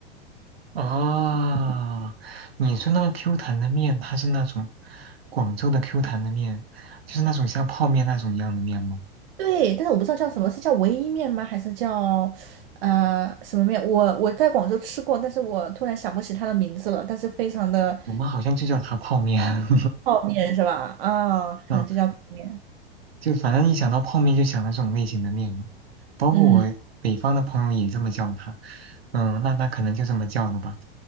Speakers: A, on the right; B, on the right.
A: 啊，你说那个 Q 弹的面，它是那种广州的 Q 弹的面，就是那种像泡面那种一样的面吗？
B: 对，但是我不知道叫什么，是叫唯一面吗？还是叫呃什么面？我我在广州吃过，但是我突然想不起它的名字了。但是非常的
A: 我们好像就叫它泡面。<laughs>
B: 泡面是吧？啊、
A: 嗯，
B: 可能就叫泡面。
A: 就反正一想到泡面就想到这种类型的面嘛。包括我北方的朋友也这么叫它。
B: 嗯，
A: 嗯，那那可能就这么叫的吧。